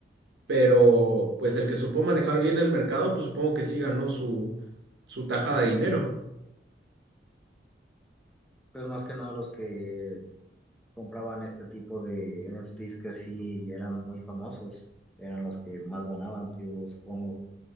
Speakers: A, on the right; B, in the centre.
A: pero pues el que supo manejar bien el mercado, pues supongo que sí ganó su, su tajada de dinero.
B: Pues más que nada los que compraban este tipo de NFTs que sí eran muy famosos, eran los que más ganaban, yo supongo.